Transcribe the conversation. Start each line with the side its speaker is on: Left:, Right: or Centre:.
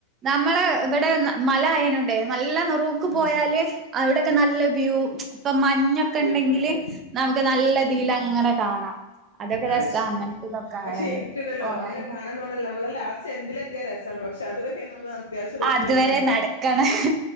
Right: നമ്മള് ഇവിടെ മല ആയനണ്ടേ നല്ല നറുക്ക്
Left: ഉം
Right: പോയാല്. അവിടെൊക്കെ നല്ല വ്യൂ. ഇപ്പൊ മഞ്ഞൊക്കെ
Left: ആ വ്യൂ
Right: ഉണ്ടെങ്കില്.
Left: പോയിന്റ്
Right: നമുക്ക് നല്ല രീതിൽ അങ്ങനെ കാണാം. അതൊക്കെ
Left: അ
Right: രസാ
Left: ശരി
Right: അങ്ങനത്തെ ഇതൊക്കെ
Left: പക്ഷെ
Right: ആയാല്
Left: എനിക്കണ്ടല്ലോ.
Right: പോയാല്.
Left: അങ്ങനെ കാണാന്ന് പറഞ്ഞല്ലോ. നമ്മളെ ലസ ല എത്തിയ രസമാണ് പക്ഷെ അത് വ നമ്മള് അത്യാവശ്യം റിസ്ക്
Right: അതുവരെ
Left: എടുക്കണ്ടേ.
Right: നടക്കണം